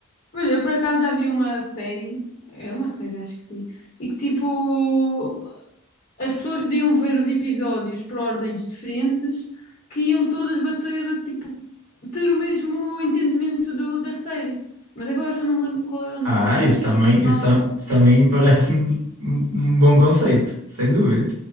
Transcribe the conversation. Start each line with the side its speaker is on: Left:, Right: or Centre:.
Left: Pois, eu por acaso já vi uma série, era uma série, acho que sim, e que tipo, as pessoas podiam ver os episódios por ordens diferentes, que iam todas bater, tipo, ter o mesmo entendimento do- da série. Mas agora já não me lembro qual era o nome.
Right: Ah, isso
Left: Tipo,
Right: também,
Left: Mais
Right: isso, ta-
Left: ou menos
Right: isso também parece-me um um bom conceito, sem dúvida.